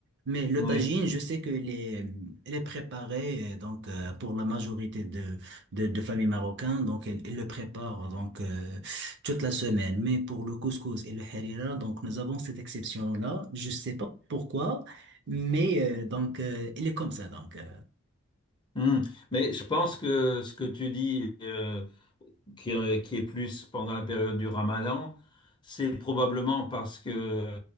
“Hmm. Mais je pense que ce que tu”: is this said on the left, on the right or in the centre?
Left